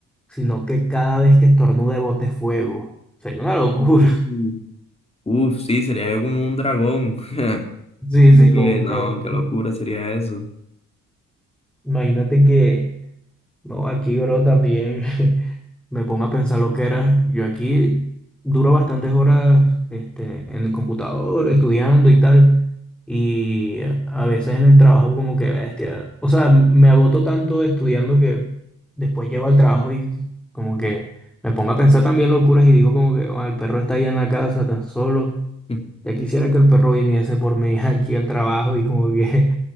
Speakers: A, in the centre; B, on the left.
A: sino que cada vez que estornude bote fuego. Sería una locura.
B: Mm.
A: <laughs>
B: Uf, sí, sería yo como un dragón. <laughs>
A: Sí,
B: Como
A: sí,
B: que
A: como un
B: no,
A: dragón.
B: qué
A: ¿no?
B: locura sería eso.
A: Imagínate que No, aquí, bro, también <laughs> me pongo a pensar lo que era. Yo aquí duro bastantes horas este, en el computador, estudiando y tal. Y a veces en el trabajo como que, bestia, o sea, me agoto tanto estudiando que después llego al trabajo y como que me pongo a pensar también locuras y digo como que, "Oh, el perro está allá en la casa, está solo.
B: <laughs>
A: Ya quisiera que el perro viniese por mí <laughs> aquí al trabajo y como que